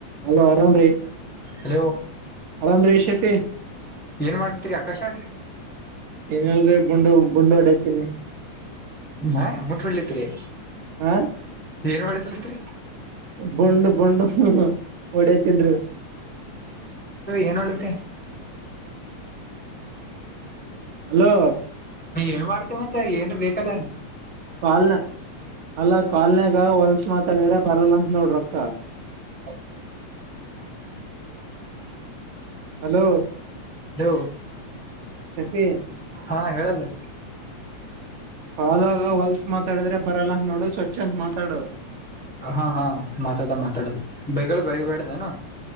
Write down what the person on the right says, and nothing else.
Hello ಅರಾಮ ರ್
ಅರಾಮ ರಷ್ ಶಫೆ
ಏನಲ್ರರಿ ಬುಂಡು ಬುಂಡು ಹೊಡತೀನಿ
ಹಾ
ಬಂಡ್ ಬಂಡ್ ಒಡತನ್ರಿ
ಹಲೋ
ಕಾಲ್ನ ಅಲ್ಲ ಕಾಲ್ನಾಗ ಹೊಲ್ಸ್ ಮಾತಾಡಿದ್ರೆ ಬರಲ್ಲ ಅಂತ ನೋಡ್ ರೊಕ್ಕ
ಹಲೋ
ಶಫಿ
ಹಲ್ಾಗ ಹೊಲ್ಸ ಮಾತಾಡಿದ್ರೆ ಬರಲ್ಲ ಅಂತ ನೋಡು ಸ್ವಚ್ ಅಂತ ಮಾತಾಡು